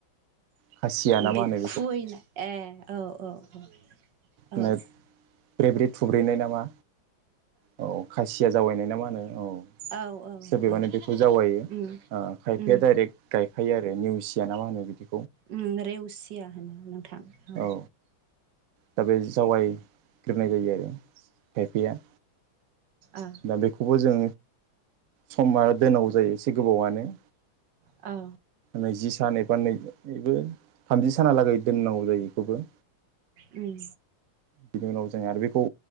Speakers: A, on the right (about 85°); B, on the right (about 65°).
A: खासिया ना
B: बेखौ
A: मा होनो
B: खुवैनाय ए औ औ औ औ
A: ब्रे ब्रे थुब्रेनाय नामा औ खासिया जावायनाय ना मा होनो औ
B: औ औ
A: माने
B: औ
A: बेखौ जावायो ओ
B: उम
A: खायफाया
B: उम
A: डाइरेक गायफायो आरो निवसिया ना मा होनो बिदि
B: ओम रेवसिया होनो नोंथां।
A: औ दा बे जावायग्रोनाय जायो आरो खायफैया
B: औ
A: दा बेखौबो जों समा दोनांगौ जायो एसे गोबावनो
B: औ
A: नैजि सान एबा नै थामजि सानहालागै दोननांगौ जायो बेखौबो।
B: ओम
A: बिनि उनाव जों आरो बेखौ